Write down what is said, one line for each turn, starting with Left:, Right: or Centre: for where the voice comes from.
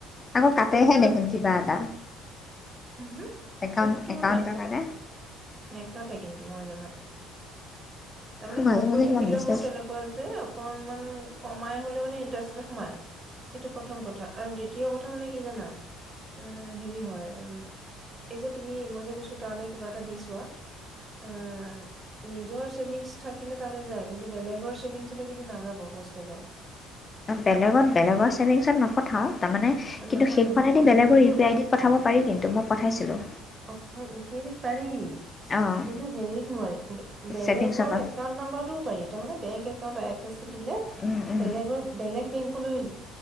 Left: আকৌ
Right: ইণ্টাৰেষ্ট
Left: কাটেহে
Right: এটা
Left: দেখোন কিবা এটা।
Right: উমহু
Left: একাউণ্ট
Right: তাতো
Left: একাউণ্টৰ
Right: নাই।
Left: কাৰণে
Right: নেকাতে কিন্তু মই জনাত তাৰমানে
Left: মাজে
Right: কমকৈ
Left: মাজে
Right: থাকিলেও
Left: কিবা মেছেজ
Right: মোৰ তেনে কুৱা যে অকনমান কমাই হ'লে মানে ইণ্টাৰেষ্ট এটা সোমায় সেইটো প্ৰথম কথা আৰু দ্বিতীয় কথা মানে কি জানা আহ হেৰি হয় উ এই যে তুমি মই যে কৈছো তালে কিবা এটা দি চোৱা এ নিজৰ চছেভিংছ থাকিলে তালৈ যায় কিন্তু বেলেগৰ চেভিংছলৈ কিন্তু নাযাব পোষ্টেলৰ
Left: বেলেগত বেলেগৰ চেভিংছত নপঠাও তাৰ মানে কিন্তু
Right: নহয়
Left: সেই
Right: নহয়
Left: খন আইদি
Right: অ
Left: বেলেগৰ
Right: সেইটো
Left: ইউ পি আই দিত পঠাব পাৰি কিন্তু মই পঠাইছিলো
Right: আপোনাৰ ই পি আইদিত পাৰি
Left: অঁ
Right: কিন্তু হেৰিত নোৱাৰি বে বেলেগৰ
Left: ছেভিংছৰ পৰা
Right: একাউন্ট নাম্বাৰটোও পাৰি তাৰ মানে বেংক একাউণ্ট প্ৰেচিটিলে
Left: উম উম
Right: বেলেগ বেলেগ বেংকলৈৱো